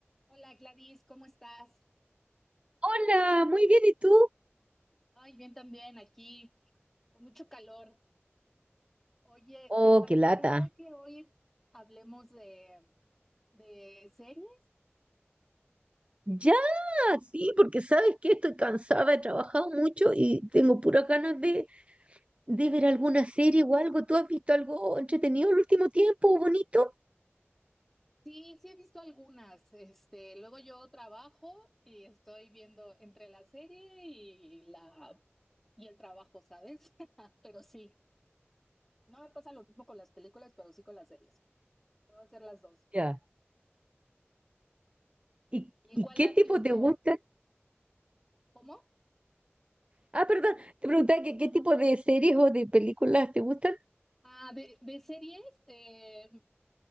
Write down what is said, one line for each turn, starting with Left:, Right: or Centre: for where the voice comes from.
Centre: Hola Gladys, ¿cómo estás?
Right: Hola, muy bien, ¿y tú?
Centre: Ay, bien también aquí, con mucho calor. Oye,
Right: Oh,
Centre: ¿te parecería
Right: qué lata.
Centre: que hoy hablemos de, de series?
Right: Ya, sí, porque sabes que estoy cansada, he trabajado mucho y tengo puras ganas de, de ver alguna serie o algo. ¿Tú has visto algo entretenido el último tiempo, bonito?
Centre: Sí, sí he visto algunas. Este, luego yo trabajo y estoy viendo entre la serie y la y el trabajo, ¿sabes? <laughs> Pero sí, no me pasa lo mismo con las películas, pero sí con las series. Puedo hacer las dos.
Right: Ya. ¿Y,
Centre: ¿Y
Right: y
Centre: cuál
Right: qué
Centre: has
Right: tipo
Centre: visto?
Right: te gustan?
Centre: ¿Cómo?
Right: Ah, perdón, te preguntaba que qué tipo de series o de películas te gustan.
Centre: Ah, de, de series, eh,